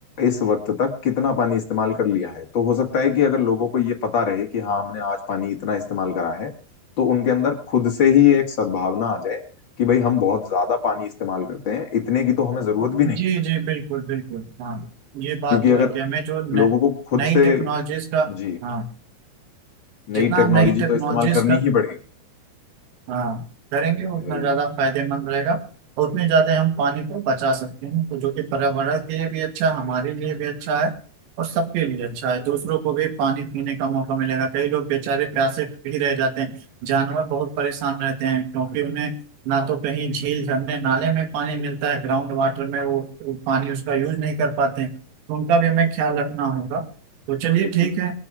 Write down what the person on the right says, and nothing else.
जी
जी बिल्कुल बिल्कुल हाँ ये बात
तो
है कि हमें जो न-
नई
टेक्नोलॉजीज का
हाँ
जितना
हम नई टेक्नोलॉजीज
का
हाँ करेंगे उतना
ज्यादा फायदेमंद रहेगा और उतने ज्यादा हम पानी को बचा सकते हैं तो जो कि पर्यावरण के लिए भी अच्छा है हमारे लिए भी अच्छा है और सबके लिए अच्छा है दूसरों को भी पानी पीने का मौका मिलेगा कई लोग बेचारे प्यासे भी रह जाते हैं जानवर बहुत परेशान रहते हैं क्योंकि उन्हें ना तो कहीं झील झरने नाले में पानी मिलता है ग्राउंड वाटर में वो, वो पानी उसका यूज नहीं कर पाते हैं तो उनका भी हमें ख्याल रखना होगा तो चलिए
ठीक
है